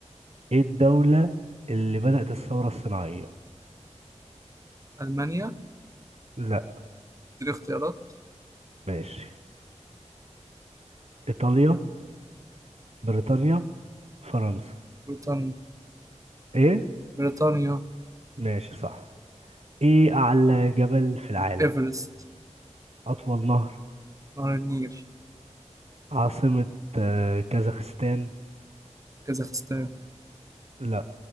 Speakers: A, on the right (about 60°); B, on the right (about 25°).
A: ايه الدولة اللي بدأت الثورة الصناعية
B: ألمانيا
A: لا
B: دي اختيارات
A: ماشي ايطاليا بريطانيا فرنسا
B: بريطانيا
A: ايه
B: بريطانيا
A: ماشي صح ايه اعلى جبل في العالم
B: إيفرست
A: اطول نهر
B: نهر النيل
A: عاصمة آه، كازاخستان
B: كازاخستان
A: لا